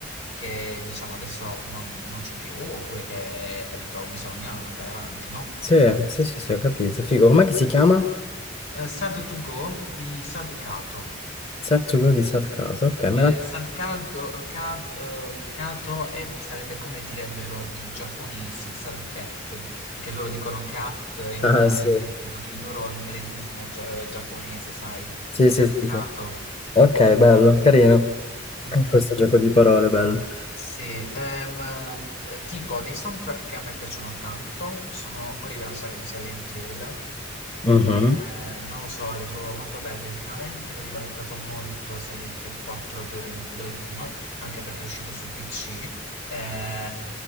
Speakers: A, on the left (about 80°); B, on the left (about 30°).
A: che diciamo adesso non, non c'è più, oppure che, capito, bisogna andare avanti, no?
B: Sì, sì, sì, sì, ho capito, figo. Com'è che si chiama?
A: Eh, Sad to Go di Sad Kato.
B: Setsugo di Satkato, ok,
A: Eh,
B: me la...
A: Sad Kato, Ka- eh, Kato è- sarebbe come direbbero i giapponesi, Sad Cat, perché loro dicono cat in
B: Ah,
A: amer-
B: sì,
A: con il loro inglesismo gia- giapponese, sai?
B: sì,
A: Sad
B: sì, sì,
A: Kato.
B: sì. Ok, bello, carino.
A: Mhm.
B: Questo gioco di parole, bello.
A: Sì, ehm, eh, tipo dei soundtrack che a me piacciono tanto sono quelli della saga di Silent Hill.
B: Mhm.
A: perché non lo so, le trovo molto belle. Ultimamente ho rivalutato molto Silent Hill 4 The Room, The Room, anche perché è uscito su PC. eh,